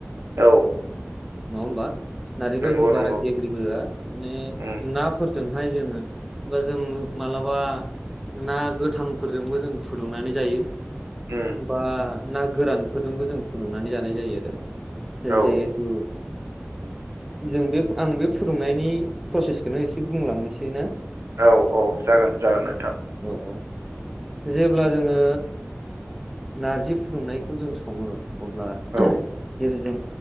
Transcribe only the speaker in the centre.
नङा होमबा नारजिखौ
जों बारा
गेब्लेबोआ माने
नाफोर जोंहाय जोङो खुगाजों मालाबा ना गोथ हांफोरजोंबो जों फुदुंनानै जायो
बा ना गोरानफोरजोंबो जों फुदुंनानै जानाय जायो आरो
जिहेथु जों बे आं बे फुदुंनायनि प्रसेसखौनो एसे बुंलांनोसै ना
औ औ जेब्ला जोङो नारजि फुदुंनायखौ जों सङो अब्ला
जेरै जों